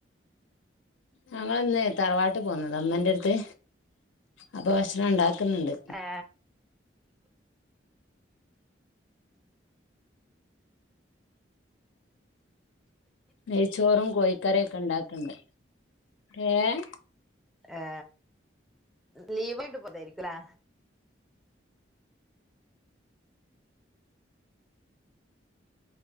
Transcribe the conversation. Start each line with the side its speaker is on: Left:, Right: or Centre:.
Left: ഞങ്ങൾ ഇന്ന് തറവാട്ട് പോന്ന ഉമ്മേന്റെര്ത്ത് അപ്പൊ ഭക്ഷണം ഉണ്ടാക്കുന്ന്ണ്ട്
Centre: ഏ
Left: നെയ്ച്ചോറും കോഴിക്കറിഒക്കെ ണ്ടാക്ക്ണ്ട് ഏഹ്
Centre: ഏ ലീവായിട്ട് പോന്നായിരിക്കുഅല്ലെ